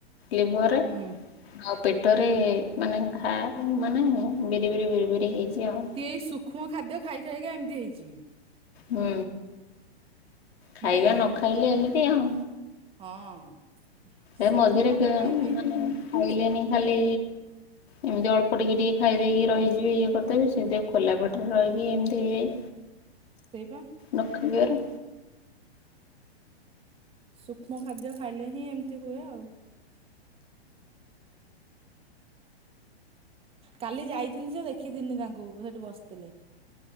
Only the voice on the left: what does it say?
ଲିଭରରେ।
ଆଉ ପେଟରେ ମାନେ ଘା ମାନେ ବିରି ବିରି ବିରି ବିରି ହେଇଚି ଆଉ।
ହୁଁ ଖାଇବା
ନ ଖାଇଲେ ଏମିତି ଆଉ।
ଏ ମଝିରେ
କେ
ମାନେ
ଖାଇଲେନି ଖାଲି ଏମିତି ଅଳ୍ପ ଟିକେ ଟିକେ ଖାଇ ଦେଇକି ରହିଯିବେ ଇଏ କରିଦେବି ସେମିତି ଖୋଲା ପେଟରେ ରହିକି ଏମିତି ହେଇଯାଇ
ନ ଖାଇବାରୁ